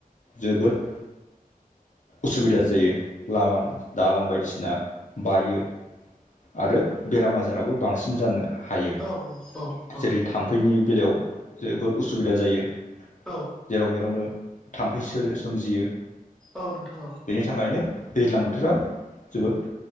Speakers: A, on the left; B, in the centre.
A: जोबोद उसुबिदा जायो लामा दालां बायदिसिना बायो आरो बेराम आजाराबो बांसिन जानो हायो
B: औ औ औ
A: जेरै थाम्फैनि बेलायाव जोबोद उसुबिदा जायो
B: औ
A: जेराव मेरावनो थाम्फै सोर सोमजियो
B: औ नोंथां
A: बेनि थाखायनो दैज्लां बोथोरा जोबोद